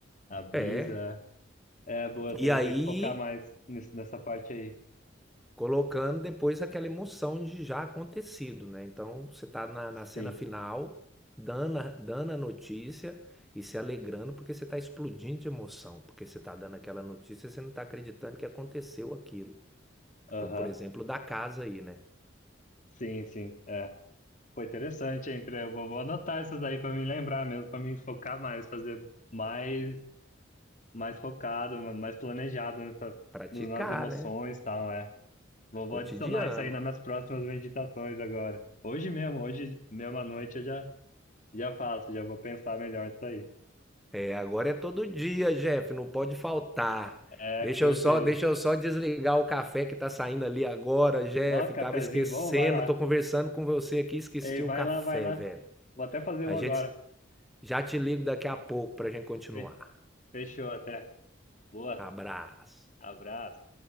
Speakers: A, on the left (about 40°); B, in the centre.
A: A brisa.
B: É.
A: É, É, boa, eu
B: E
A: te- eu
B: aí
A: tenho que focar mais nisso, nessa parte aí.
B: colocando depois aquela emoção de já acontecido, né? Então você tá na, na cena
A: Sim.
B: final, dando a, dando a notícia e se alegrando porque você tá explodindo de emoção, porque você tá dando aquela notícia, e você não tá acreditando que aconteceu aquilo.
A: Aham.
B: Como por exemplo da casa aí, né?
A: Sim, sim. É. Foi interessante, hein? Pre? Eu vou, vou anotar essas aí pra me lembrar mesmo, pra me focar mais, fazer mais, mais focado, mais planejado nessa,
B: Praticar,
A: nas nas emoções
B: né?
A: e tal, é. Vou,
B: Cotidiano.
A: vou adicionar isso aí nas minhas próximas meditações agora. Hoje mesmo, hoje mesmo à noite eu já, já faço, já vou pensar melhor nisso aí.
B: É, agora é todo dia, Jeff, não pode faltar.
A: É,
B: Deixa
A: com certeza.
B: eu só, deixa eu só desligar o café que tá saindo ali agora, Jeff.
A: Ó, cafezinho
B: Tava esquecendo,
A: bom, vai lá.
B: tô conversando com você aqui, esqueci
A: Ei, vai
B: o café,
A: lá, vai lá.
B: velho.
A: Vou até fazer
B: A
A: um agora.
B: gente já te ligo daqui a pouco pra gente continuar.
A: Fe- Fechou até. Boa,
B: Abraço.
A: abraço.